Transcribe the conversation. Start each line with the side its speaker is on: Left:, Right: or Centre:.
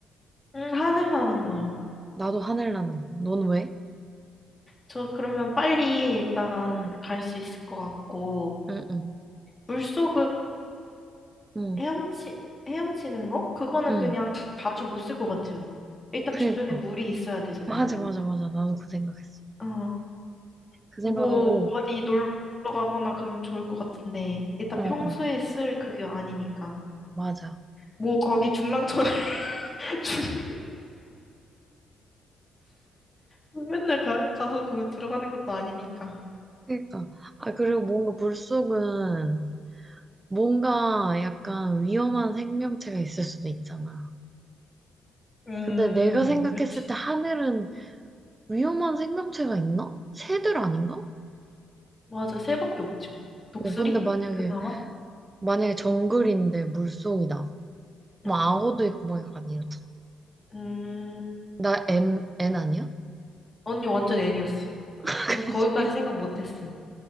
Left: 음, 하늘 나는 거요.
Right: 나도 하늘 나는 거. 넌 왜?
Left: 저 그러면 빨리 일단
Right: 응,
Left: 갈 수 있을 것 같고,
Right: 응, 응,
Left: 물속을
Right: 응,
Left: 헤엄치, 헤엄치는 거? 그거는
Right: 응.
Left: 그냥 자주 못 쓸 것 같아요. 일단
Right: 그니까.
Left: 주변에 물이 있어야 되잖아요.
Right: 맞아, 맞아, 맞아. 나도 그 생각했어.
Left: 어,
Right: 그 생각하고,
Left: 뭐 어디 놀러 가거나 그러면 좋을 것 같은데 일단
Right: 어, 어,
Left: 평소에 쓸 그게 아니니까
Right: 맞아.
Left: 뭐 거기 중랑천 <laughs> 중- 맨날 가, 가서 그 들어가는 것도 아니니까
Right: 그니까. 아, 그리고 뭔가 물속은 뭔가 약간 위험한 생명체가 있을 수도 있잖아.
Left: 음
Right: 근데 내가 생각했을
Left: 그치
Right: 때 하늘은 위험한 생명체가 있나? 새들 아닌가?
Left: 맞아 새밖에 없죠 독수리
Right: 어, 근데 만약에,
Left: 그나마
Right: 만약에 정글인데 물속이다. 뭐
Left: 음,
Right: 악어도 있고 막 약간 이러잖아.
Left: 음
Right: 나
Left: 맞아
Right: M, N 아니야?
Left: 언니 완전 애니였어
Right: <laughs>
Left: 전 거기까지
Right: 그치?
Left: 생각 못했어요